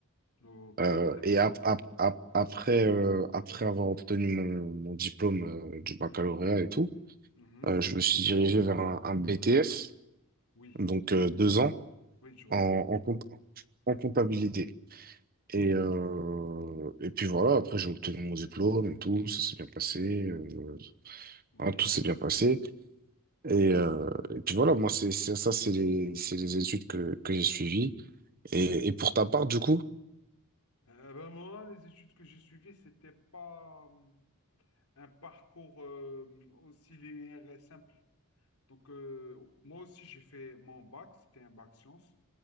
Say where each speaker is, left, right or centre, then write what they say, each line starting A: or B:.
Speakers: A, on the left; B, on the right.
A: Ok,
B: Euh,
A: très bien.
B: et ap- ap- ap- après, euh, après avoir obtenu mon, mon diplôme euh, du baccalauréat
A: Mhm.
B: et tout,
A: Mhm.
B: euh, je me suis dirigé vers un, un BTS,
A: Oui,
B: donc euh, deux ans,
A: oui, je vois
B: en,
A: ça.
B: en, comp- en comptabilité. Et, euh, et puis voilà, après j'ai obtenu mon diplôme et tout, ça s'est bien passé, euh,
A: Oui,
B: hein, tout s'est bien passé.
A: oui,
B: Et, euh, et puis voilà, moi, c'est, c'est- ça, c'est les, c'est les études que, que j'ai suivies.
A: c'est
B: Et,
A: bien.
B: et pour ta part, du coup?
A: Euh, ben, moi, les études que j'ai suivies, c'était pas hum, un parcours euh, aussi linéaire et simple. Donc, euh, moi aussi, j'ai fait mon bac, c'était un bac science.